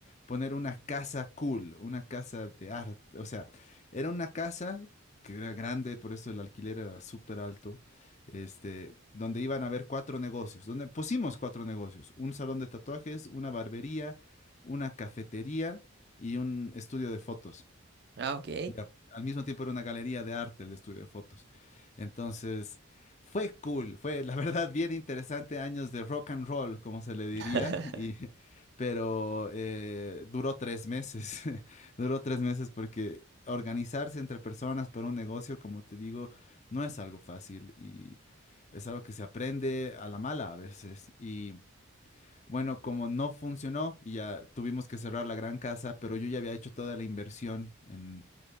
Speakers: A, on the left; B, on the right.
A: poner una casa cool, una casa de arte. O sea, era una casa que era grande, por eso el alquiler era súper alto, este, donde iban a haber cuatro negocios, donde pusimos cuatro negocios, un salón de tatuajes, una barbería, una cafetería y un estudio de fotos
B: Ah, ok.
A: y al mismo tiempo era una galería de arte el estudio de fotos. Entonces, fue cool, fue la <laughs> verdad bien interesante, años de rock and roll, como se le diría,
B: <laughs>
A: y, <laughs> pero eh, duró tres meses, <laughs> duró tres meses porque organizarse entre personas para un negocio, como te digo, no es algo fácil y es algo que se aprende a la mala a veces. Y bueno, como no funcionó y ya tuvimos que cerrar la gran casa, pero yo ya había hecho toda la inversión en,